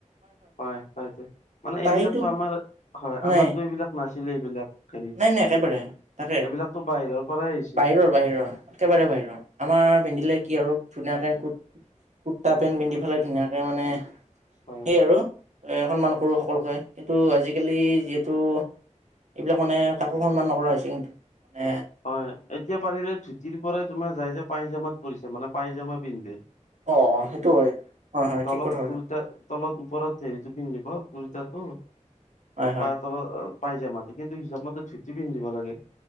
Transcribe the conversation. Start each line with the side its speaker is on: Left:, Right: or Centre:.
Left: হয় হয়টো মানে
Right: তাইতো
Left: এইবিলাকো আমাৰ হয়
Right: নাই
Left: আমাৰতো এইবিলাক নাছিলে এইবিলাক হেৰি
Right: নাই নাই একেবাৰে তাকে
Left: এইবিলাকতো বাহিৰৰ পৰাই আহিছে
Right: বাহিৰৰ বাহিৰৰ একেবাৰে বাহিৰৰ আমাৰ পিন্ধিলে কি আৰু। ধুনীয়াকে কু কুুৰ্তা পেণ্ট পিন্ধি পেলাই ধুনীয়াকে মানে
Left: হয়
Right: সেই আৰু সন্মান কৰোঁ সকলোকে কিন্তু আজিকালি যিহেতু এইবিলাক মানে কাকো সন্মান নকৰা হৈছে কিন্তু মানে
Left: হয় এতিয়া পাৰিলে ধুতিৰ পৰাই তোমাৰ যাই যে পাইজামাত পৰিছে মানে পাঁজামা পিন্ধে
Right: অ' সেইটো হয়। হয় হয়
Left: তলত
Right: ঠিক কথা কৈছা
Left: কুৰ্তা তলত ওপৰত হেৰিটো পিন্ধিব কুৰ্তাটো
Right: হয় হয়
Left: প তলত পাই যায় মাতে কিন্তু হিচাপ মতে চুটি পিন্ধিব লাগে